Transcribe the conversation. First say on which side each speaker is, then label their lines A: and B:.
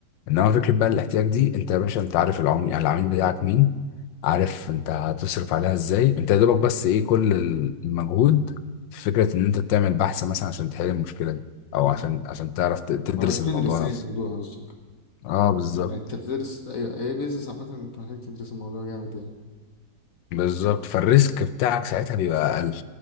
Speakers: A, on the left; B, on the left.
A: انما فكره بقى الاحتياج دي انت يا باشا انت عارف العميل العميل بتاعك مين عارف انت هتصرف عليها ازاي انت يا دوبك بس ايه كل ال- المجهود في فكره ان انت تعمل بحث مثلا عشان تحل المشكله دي او
B: أمم.
A: عشان عشان تعرف ت- تدرس
B: ما بتدرس
A: الموضوع
B: يعني
A: نفسه
B: الموضوع قصدك
A: اه بالظبط
B: يعني انت بتدرس اي اي بيزنس عامه انت محتاج تدرس الموضوع جامد يعني
A: بالظبط فالريسك بتاعك ساعتها بيبقى اقل